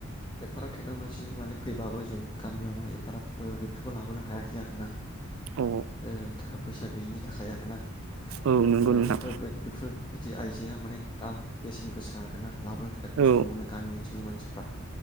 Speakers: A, on the left; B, on the right.
A: एफाराब टेक्न'ल'जिनि माने फैबाबो जों गामियावहाय एफाराब बेफोरखौ लाबोनो हायाखै आरोना
B: अ
A: ओ थाखा फैसा गैयिनि थाखाय आरोना ओ
B: औ नंगौ नोंथां
A: बेफोरबाय बेफोर बिदि आइजेंआ माने दाम बेसेन गोसा आरोना लाबोनो थाखाय खस्थ'
B: औ
A: मोनो गामि ओन ओनसोलनि मानसिफ्रा